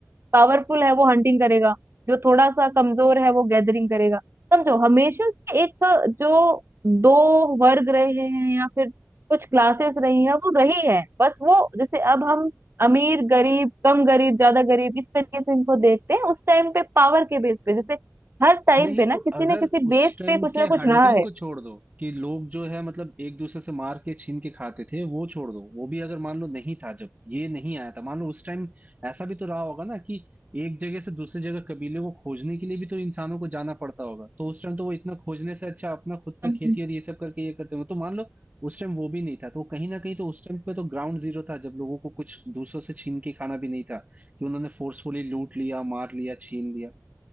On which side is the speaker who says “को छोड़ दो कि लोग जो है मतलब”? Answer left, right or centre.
Right